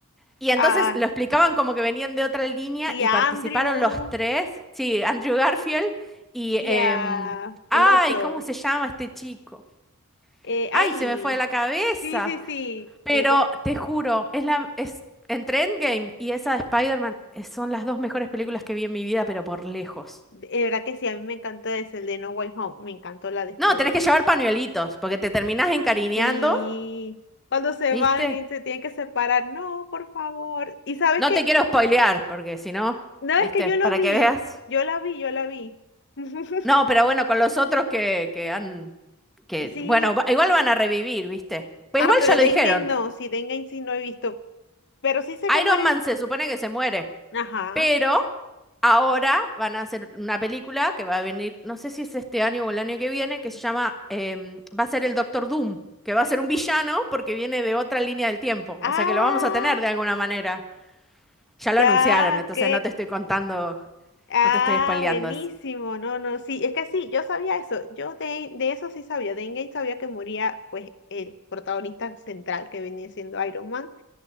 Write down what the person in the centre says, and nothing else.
y
entonces lo explicaban como que venían de otra línea
y
participaron
los tres, sí, Andrew Garfield y...
em,
ay,
¿cómo se llama este chico?
Ay, se me fue de la cabeza.
Pero
te juro, es la, es entre Endgame y esa de Spider-Man, eh, son las dos mejores películas que vi en mi vida, pero por lejos.
No, tenés que llevar pañuelitos, porque te terminás encariñando,
¿viste?
No
te quiero spoilear, porque si no,
¿viste?
Para
que veas.
No, pero bueno, con los otros que, que han, que,
bueno, va- igual van a revivir, ¿viste? Pero
igual
ya lo
dijeron.
Iron Man se supone que se muere.
Pero ahora van a hacer una película que va a venir, no sé si es este año o el año que viene, que se llama, em, va a ser el Doctor Doom, que va a ser un villano porque viene de otra línea del tiempo.
O sea que lo vamos a tener de alguna manera. Ya lo
anunciaron, entonces
no te estoy contando,
no te estoy spoileando
eso.